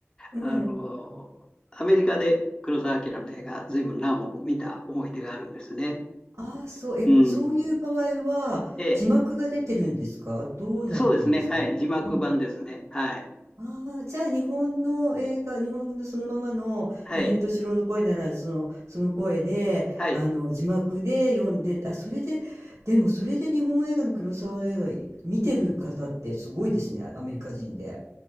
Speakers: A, on the right (about 80°); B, on the left (about 15°).
A: うん。
B: あの、アメリカで黒澤明の映画、ずいぶん何本も見た思い出があるんですね。
A: ああ、そう、え、
B: うん。
A: そういう場合は、
B: ええ、
A: 字幕が出てるんですかどうなってるんですかうん。
B: そうですね。はい。字幕版ですね。はい。
A: ああ、じゃあ日本の映画、日本のそのままの三船敏郎の声なら、
B: はい。
A: その、その声で、
B: はい。
A: あの、字幕で読んで、あ、それで、でもそれで日本映画の黒沢映画い見てる方ってすごいですね、アメリカ人で。